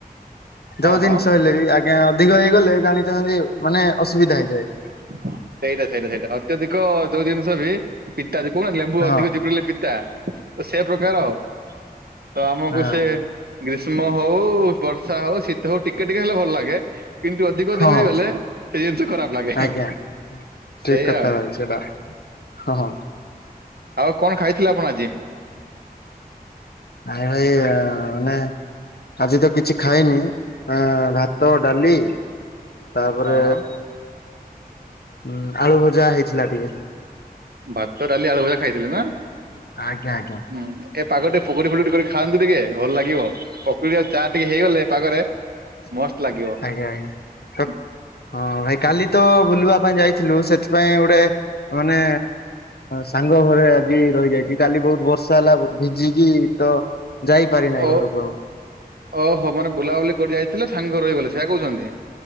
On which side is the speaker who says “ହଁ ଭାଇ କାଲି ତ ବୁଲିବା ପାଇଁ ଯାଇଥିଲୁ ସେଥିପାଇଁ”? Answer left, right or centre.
Left